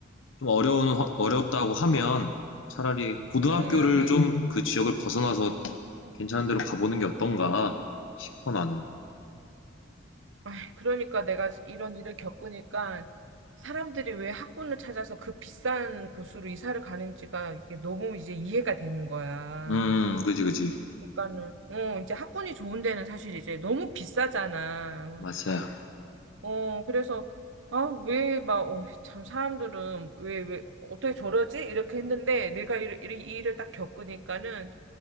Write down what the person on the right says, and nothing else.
음.
아이, 그러니까 내가 이런 일을 겪으니까 사람들이 왜 학군을 찾아서 그 비싼 곳으로 이사를 가는지가 이게 너무 이제 이해가 되는 거야.
그러니까는 어 이제 학군이 좋은 데는 사실 이제 너무 비싸잖아.
어 그래서 아왜막어참 사람들은 왜 왜 어떻게 저러지? 이렇게 했는데 내가 이, 이, 이 일을 딱 겪으니까는